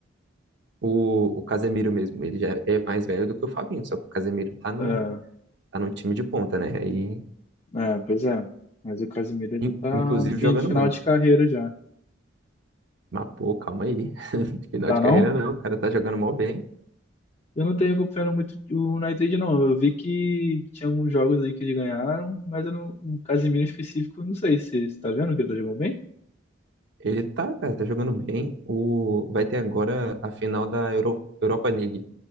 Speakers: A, on the right (about 65°); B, on the left (about 35°).
A: O, o Casemiro mesmo, ele já é mais velho do que o Fabinho, só que o Casemiro tá no,
B: Ah,
A: tá no time de ponta, né? Aí,
B: é, pois é. Mas o Casemiro ele
A: in-
B: tá
A: inclusive
B: no fim-
A: jogando
B: no final
A: muito.
B: de carreira já.
A: Mas, pô, calma aí. <laughs> Final
B: Tá
A: de carreira
B: não?
A: não, o cara tá jogando mal bem.
B: Eu não tenho acompanhado muito o United não. Eu vi que tinha alguns jogos aí que eles ganharam, mas eu não, o Casemiro em específico, eu não sei se você tá vendo que ele tá jogando bem?
A: Ele tá, cara, tá jogando bem. O, vai ter agora a final da Euro, Europa League.